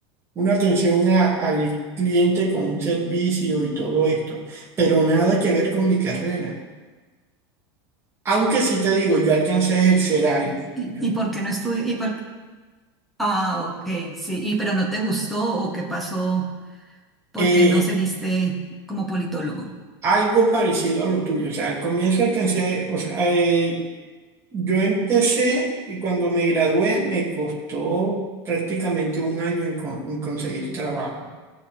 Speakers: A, on the right (about 20°); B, in the centre.
A: una atención a- al cliente con un servicio y todo esto, pero nada que ver con mi carrera. Aunque sí te digo, yo alcancé a ejercer algo,
B: ¿Y,
A: yo,
B: y por qué no estudié? ¿Y por... Ah, ok, sí. ¿Y pero no te gustó o qué pasó? ¿Por
A: eh,
B: qué no seguiste como politólogo?
A: algo parecido a lo tuyo, o sea, al comienzo alcancé, o sea, eh, yo empecé y cuando me gradué me costó prácticamente un año en, con- en conseguir trabajo.